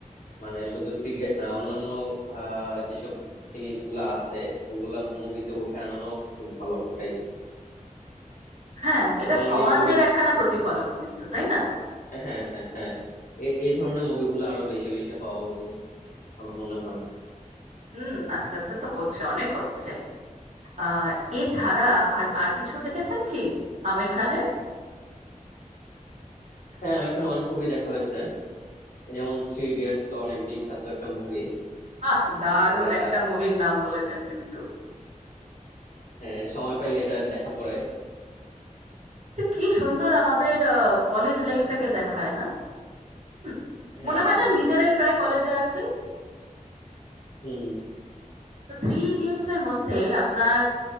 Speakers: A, on the left (about 85°); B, on the right (about 55°).
A: মানে শুধু ক্রিকেট না অন্যান্য আহ যেসব জিনিসগুলো আছে ওগুলা মুভিতে উঠে আনানো খুব ভালো তাই
B: হ্যাঁ এটা
A: নর্মালি
B: সমাজের
A: মুভি
B: একখানা প্রতিফলন কিন্তু তাই না
A: হ্যাঁ হ্যাঁ হ্যাঁ এই এই ধরনের মুভিগুলো আরো বেশি বেশি হওয়া উচিত আমার মনে হয়
B: হুম আস্তে আস্তে তো হচ্ছে অনেক হচ্ছে আহ এছাড়া আর আর কিছু দেখেছেন কি আমির খানের
A: হ্যাঁ আমার এখানে অনেক মুভি দেখা হয়েছে যেমন থ্রি ইডিয়টস তো অনেক বিখ্যাত একটা মুভি
B: আহ দারুণ
A: এটা
B: একটা মুভির নাম বলেছেন কিন্তু
A: হ্যাঁ, সময় পাইলে এটা দেখা পড়ে
B: তো কি সুন্দর আমাদের কলেজ লাইফটাকে দেখায় না হুম,
A: হ্যাঁ
B: মনে হয় না নিজেরাই প্রায় কলেজে আছি
A: হুম
B: তো থ্রি ইডিয়টস এর মধ্যে আপনার